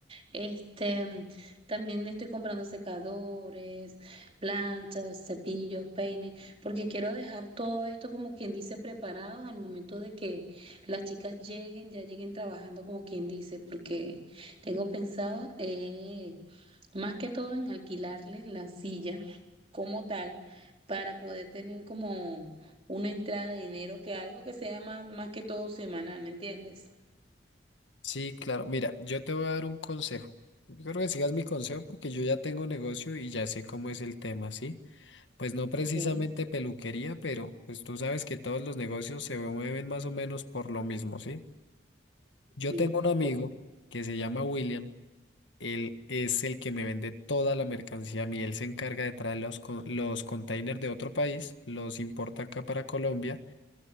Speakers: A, on the right; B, on the left.
A: Este, también estoy comprando secadores, planchas, cepillos, peines, porque quiero dejar todo esto como quien dice preparado al momento de que las chicas lleguen, ya lleguen trabajando como quien dice, porque tengo pensado eh, más que todo en alquilarles la silla como tal para poder tener como una entrada de dinero que algo que sea más, más que todo semanal, ¿me entiendes?
B: Sí, claro, mira, yo te voy a dar un consejo. Yo creo que sigas mi consejo porque yo ya tengo negocio y ya sé cómo es el tema, ¿sí? Pues no precisamente
A: Ok.
B: peluquería, pero pues tú sabes que todos los negocios se mueven más o menos por lo mismo, ¿sí? Yo
A: Sí,
B: tengo un amigo que se llama William. Él es el que me vende toda la mercancía a mí. Él se encarga de traer los, co- los containers de otro país, los importa acá para Colombia